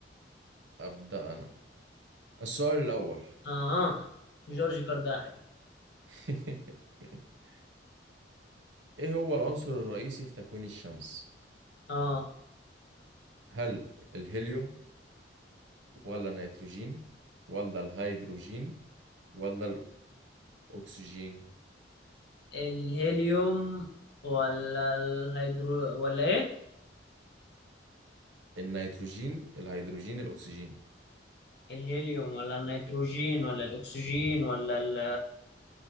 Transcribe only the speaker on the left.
اه جورج كرداحي
اه
الهيليوم ولا الهيدرو ولا ايه
الهيليوم ولا النيتروجين ولا الأكسجين ولا ال